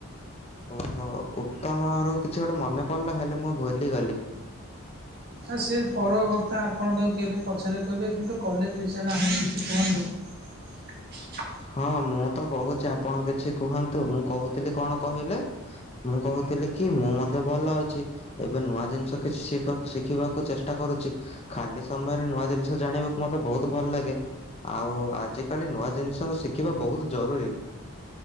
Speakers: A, on the left (about 30°); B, on the right (about 45°).
A: ଓହୋ ଉତ୍ତମ ର କିଛି ଗୋଟେ ମନେ ପଡିଲା ହେଲେ ମୁଁ ଭୁଲି ଗଲି
B: ଆ ସେ ପର କଥା ଆପଣ ତାକୁ କେବେ ପଛରେ କହିବେ କିନ୍ତୁ କଲେଜ ବିଷୟରେ ଆମକୁ କିଛି କୁହନ୍ତୁ
A: ହଁ ମୁଁ ତ କହୁଛି ଆପଣ କିଛି କୁହନ୍ତୁ ମୁଁ କହୁଥିଲି କଣ କହିଲେ ମୁଁ କହୁଥିଲି କି ମୁଁ ମଧ୍ୟେ ଭଲ ଅଛି ଏବେ ନୂଆ ଜିନିଷ କିଛି ଶିଖକୁ ଶିଖିବାକୁ ଚେଷ୍ଟା କରୁଛି ଖାଲି ସମୟରେ ନୂଆ ଜିନିଷ ଜାଣିବା। ମତେ ବହୁତ ଭଲ ଲାଗେ ଆଉ ଆଜି କାଲି ନୂଆ ଜିନିଷ ଶିଖିବା ବହୁତ ଜରୁରୀ।